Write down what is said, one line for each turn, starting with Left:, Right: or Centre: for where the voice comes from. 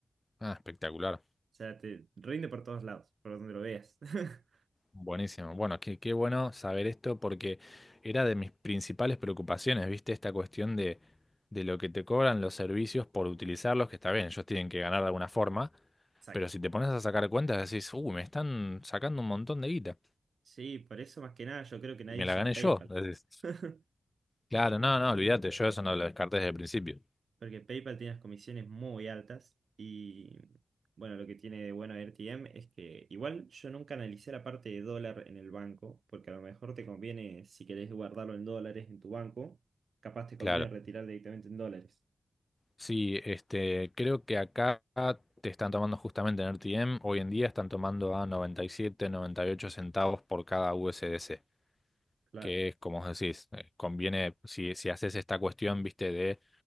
Left: Ah, espectacular.
Right: O sea, te rinde por todos lados, por donde lo veas. <laughs>
Left: Buenísimo. Bueno, qué, qué bueno saber esto porque era de mis principales preocupaciones, ¿viste? Esta cuestión de, de lo que te cobran los servicios por utilizarlos, que está bien, ellos tienen que ganar de alguna forma,
Right: Exacto.
Left: pero si te pones a sacar cuentas decís, uy, me están sacando un montón de guita
Right: Sí, por eso más que nada yo creo que nadie
Left: y me
Right: usa
Left: la gané
Right: PayPal.
Left: yo. Decís,
Right: <laughs>
Left: claro, no, no, olvídate, yo eso no lo descarté desde el principio.
Right: Porque PayPal tiene las comisiones muy altas y bueno, lo que tiene de bueno RTM es que igual yo nunca analicé la parte de dólar en el banco, porque a lo mejor te conviene, si querés guardarlo en dólares en tu banco, capaz te conviene
Left: Claro.
Right: retirar directamente en dólares.
Left: Sí, este, creo que acá te están tomando justamente en RTM, hoy en día están tomando a noventa noventa y siete, noventa y ocho centavos por cada USDC.
Right: Claro,
Left: que es como vos decís, eh, conviene, si, si haces esta cuestión, viste, de,